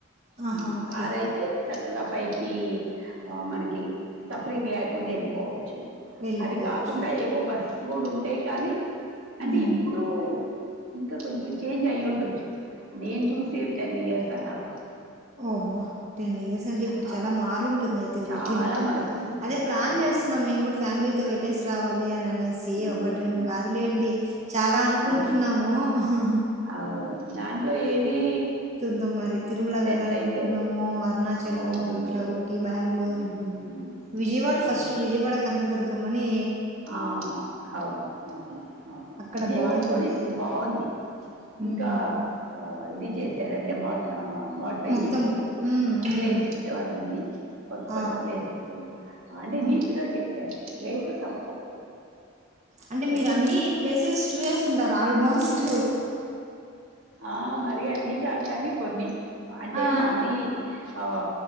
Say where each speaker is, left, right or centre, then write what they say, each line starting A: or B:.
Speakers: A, on the right (about 35°); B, on the right (about 75°).
A: ఆహా!
B: ఆ
A: ఓకే.
B: కారయితే చక్ చక్కగా పైకి ఆ మనకి సఫరింగ్ లేకుండా వెళ్ళిపోవచ్చు.
A: వెళ్ళిపోవచ్చు.
B: అది కాకుండా ఏవో బస్సు గోడు ఉంటాయి కానీ అంటే
A: హ్మ్.
B: ఇప్పుడు ఇంకా కొంచెం చేంజ్ అయ్యూండ్డొచ్చు నేను చూసే టెన్ ఇయర్స్ అలా అవుతు
A: ఓ అమ్మా టెన్ ఇయర్స్ అంటే ఇప్పుడు
B: ఆ
A: చాలా మారుంటుంది అయితే
B: చాలా
A: ఉటీ మరి
B: మార్పు ఉంటుంది
A: అదే ప్లాన్
B: అవును
A: చేస్తున్నాం మేము కూడా ఫ్యామిలీతో వెళ్లేేస్ రావాలి అని. అనేసి
B: మ్మ్.
A: ఒకటి రెండు కాదులేండి చాలా అనుకుంటున్నాము
B: ఆ,
A: ఉహు ఉహు
B: అవును దాంట్లో ఏది
A: ంది మరి థ్
B: సెట్
A: వెళ్ళాలనుకుంటున్నాము
B: అయితే
A: అరుణాచలము
B: ఓ గుడ్
A: ఇట్లా
B: గుడ్
A: ఊటి బ్యాంగ్ళూర్
B: మ్మ్.
A: విజయవాడ ఫస్ట్
B: అవును
A: విజయవాడ కనకదుర్గమ్మ నీ
B: ఆ అవును అవును అవును
A: అక్కడ
B: విజయవాడ
A: బావుంటుంది.
B: కూడా ఇప్పుడు బాగుంది
A: హ్మ్.
B: ఇంకా అ ఇది చేశారంటే మట్న మాడిఫై
A: మొత్తం
B: చేశారు
A: హ్మ్.
B: ఆ
A: హ్మ్.
B: ప్లేసెస్ అవన్నీ కొత్త
A: ఆ!
B: కొత్త ప్లేసెస్ అంటే నీట్గా
A: ఆ!
B: చేశారు ప్లేసెస్ ఆ
A: అంటే మీరు
B: చేశారు
A: అన్ని ప్లేసెస్ చూసొస్తుంటారు ఆల్మోస్ట్
B: ఆ మరి అన్నీ కాదు కానీ కొన్ని అంటే
A: ఆ!
B: మాది ఆ